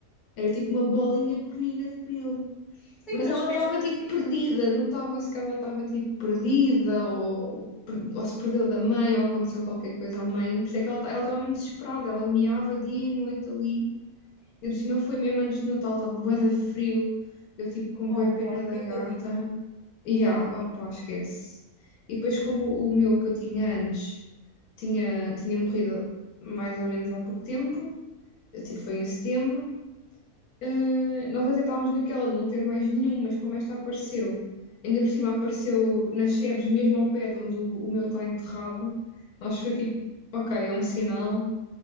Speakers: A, on the left (about 85°); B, on the left (about 40°).
A: Era tipo uma bolinha pequenina de pelo.
B: Sim,
A: Mas
B: mas
A: ela
B: mesmo
A: estava
B: assim.
A: tipo perdida, notava-se que ela estava tipo perdida, ou, per- ou se perdeu da mãe, ou aconteceu qualquer coisa à mãe. Por isso é que ela ta- ela estava mesmo desesperada, ela miava dia e noite ali. E por cima foi mesmo antes do Natal, estava bué de frio, eu tipo com
B: Opa,
A: bué pena da
B: coitadinha.
A: gata. E
B: Yeah.
A: ah, opa, esquece. E depois, como o o meu que eu tinha antes tinha, tinha morrido mais ou menos há pouco tempo, eu, tipo, foi em setembro. Uh, nós até estávamos naquela de não ter mais nenhum, mas como esta apareceu, ainda por cima apareceu nas sebes, mesmo ao pé de onde o, o meu está enterrado, nós foi tipo, ok, é um sinal